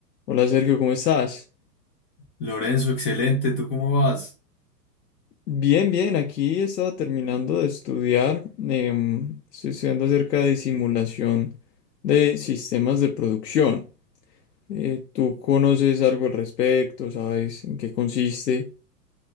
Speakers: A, on the left; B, on the left.
A: Hola Sergio, ¿cómo estás?
B: Lorenzo, excelente. ¿Tú cómo vas?
A: Bien, bien, aquí estaba terminando de estudiar. em, estoy estudiando acerca de simulación de sistemas de producción. Eh, ¿tú conoces algo al respecto? ¿Sabes en qué consiste?